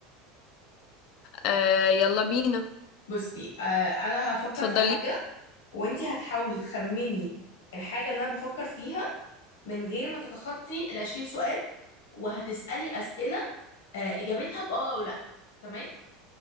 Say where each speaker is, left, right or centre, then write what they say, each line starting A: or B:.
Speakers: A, on the left (about 60°); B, on the left (about 85°).
A: آه يلا بينا
B: بصي آه انا هفكر
A: اتفضلي
B: في حاجة وانت هتحاولي تخمني الحاجة اللي انا بفكر فيها من غير ما تتخطي ال 20 سؤال وهتسألي أسئلة آه، إجابتها بأه أو لأ تمام